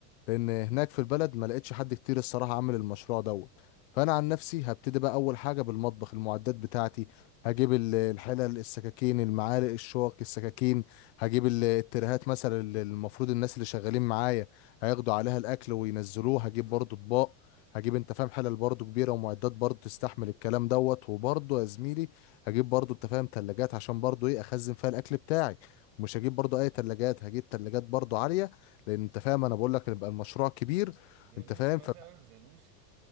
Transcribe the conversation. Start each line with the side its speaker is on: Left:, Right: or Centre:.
Left: لان هناك في البلد ما لقيتش حد كتير الصراحه عامل المشروع دوت فانا عن نفسي هبتدي بقى اول حاجه بالمطبخ المعدات بتاعتي هجيب ال- الحلل السكاكين المعالق الشوك السكاكين هجيب ال- الترهات مثلا اللي المفروض الناس اللي شغالين معايا هياخدوا عليها الاكل وينزلوه هجيب برضو اطباق هجيب انت فاهم حلل برضو كبيره ومعدات برضو تستحمل الكلام دوت وبرضو يا زميلي هجيب برضو انت فاهم تلاجات عشان برضو ايه اخزن فيها الاكل بتاعي مش هجيب برضو اي تلاجات هجيب تلاجات برضو عالية لان انت فاهم انا بقول لك يبقى المشروع كبير
Right: زانوسي
Left: انت فاهم
Right: مثلا
Left: ف <laughs>
Right: زانوسي